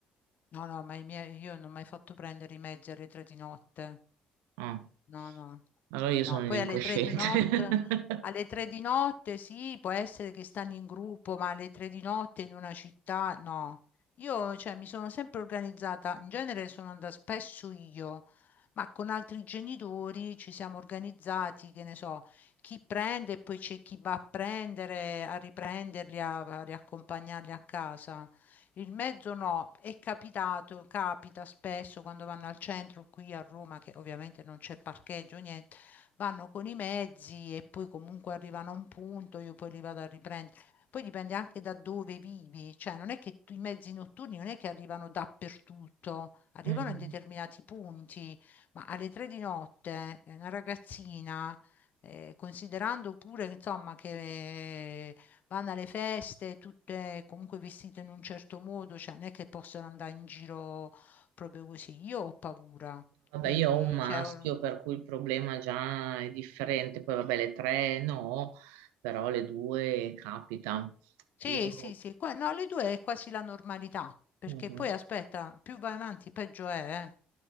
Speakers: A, on the left; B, on the right.
A: No, no, ma i miei, io non ho mai fatto prendere i mezzi alle tre di notte.
B: Ah,
A: No, no,
B: Allora io
A: no.
B: sono
A: Poi
B: un incosciente.
A: alle tre di notte,
B: <laughs>
A: alle tre di notte sì, può essere che stanno in gruppo, ma alle tre di notte in una città, no. Io, cioè, mi sono sempre organizzata, in genere sono andata spesso io, ma con altri genitori ci siamo organizzati, che ne so, chi prende e poi c'è chi va a prendere, a riprenderli, a a riaccompagnarli a casa. Il mezzo no, è capitato, capita spesso quando vanno al centro qui a Roma, che ovviamente non c'è parcheggio, niente, vanno con i mezzi e poi comunque arrivano a un punto, io poi li vado a riprendere. Poi dipende anche da dove vivi, cioè non è che tu- i mezzi notturni non è che arrivano dappertutto, arrivano
B: Mm.
A: in determinati punti, ma alle tre di notte eh, una ragazzina, eh, considerando pure insomma che vanno alle feste, tutte comunque vestite in un certo modo, cioè non è che possono andare in giro proprio così. Io ho paura,
B: Vabbè,
A: quindi
B: io ho un maschio,
A: cioè, or-
B: per cui il problema già è differente. Poi vabbè, le tre no, però le due capita.
A: Sì,
B: Io...
A: sì, sì, qua, no, le due è quasi la normalità, perché
B: Mhm.
A: poi aspetta, più vai avanti peggio è, eh.